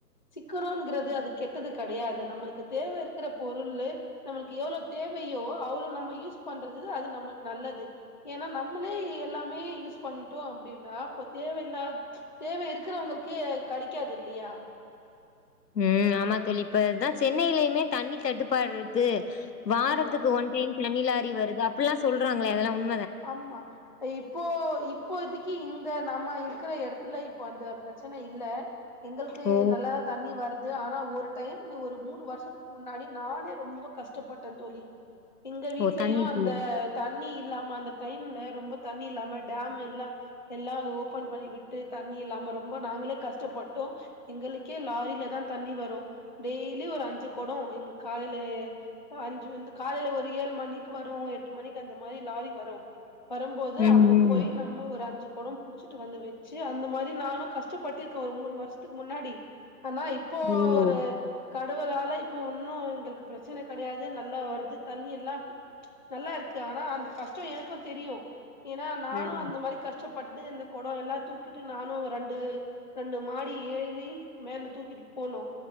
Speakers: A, on the left; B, on the left.
A: சிக்கணும்ங்கிறது அது கெட்டது கிடையாது நம்மளுக்கு தேவை இருக்கிற பொருள் நம்மளுக்கு எவ்வளவு தேவையோ அவ்வளவு நம்ம யூஸ் <unintelligible> பண்றது அது நம்மளுக்கு நல்லது ஏன்னா நம்மளே எல்லாமே யூஸ் பண்ணிட்டோம் அப்படின்னா இப்ப தேவையில்லாத தேவை இருக்கிறவங்களுக்குே கிடைக்காது இல்லையா <unintelligible>
B: உஹம் ஆமா தல்லி இப்பதான் சென்னையிலயுமே தண்ணி தட்டுப்பாடு இருக்கு <inaudible> வாரத்துக்கு
A: ஆமா
B: ஒன் டைம் தண்ணிலாரி வருது அப்படி எல்லாம் சொல்றாங்களை அதெல்லாம் உன்
A: ஆமா இப்போ இப்போ இதுக்கு இங்க நம்ம இருக்கிற இடத்துல இப்போ அந்த பிரச்சனை இல்ல எங்களுக்கு
B: ஓ
A: நல்லா தண்ணி வருது ஆனா ஒரு டைம் ஒரு மூணு வருஷத்துக்கு முன்னாடி நானே ரொம்ப கஷ்டப்பட்டேன் தோழி எங்க வீட்லயும்
B: ஓ தண்ணிக்கு
A: அந்த தண்ணி இல்லாம அந்த டைம்ல ரொம்ப தண்ணி இல்லாம டேம் எல்லாம் எல்லாம் ஓபன் பண்ணி விட்டு தண்ணி இல்லாம ரொம்ப நாங்களே கஷ்டப்பட்டோம் எங்களுக்கே லாரில தான் தண்ணி வரும் டெய்லி ஒரு அஞ்சு கொடம் எங் காலையில அஞ்சு வந்து காலையில ஒரு ஏழு மணிக்கு வரும் எட்டு மணிக்கு அந்த மாதிரி லாரி வரும் வரும்போது
B: ம் ம்
A: அப்போ போய் நம்ம ஒரு அஞ்சு கு கொடம்ப் புடிச்சிட்டு வந்து வச்சு அந்த மாதிரி நானும் கஷ்டப்பட்டிருக்கேன் ஒரு மூணு வருஷத்துக்கு முன்னாடி ஆனா இப்போ
B: ம்
A: ஒரு
B: ஓ
A: கடவுளால இப்போ இன்னும் எங்களுக்கு பிரச்சனை கிடையாது நல்லா வருது தண்ணி எல்லாம் நல்லா இருக்கு ஆனா அந்த கஷ்டம் ஏன் தெரியும் ஏன்னா நானும்
B: ம்
A: அந்த மாதிரி கஷ்டப்பட்டு இந்த கொடம் எல்லாம் தூக்கிட்டு நானும் ரெண்டு ரெண்டு மாடி ஏறி மேல தூக்கிட்டு போனோம்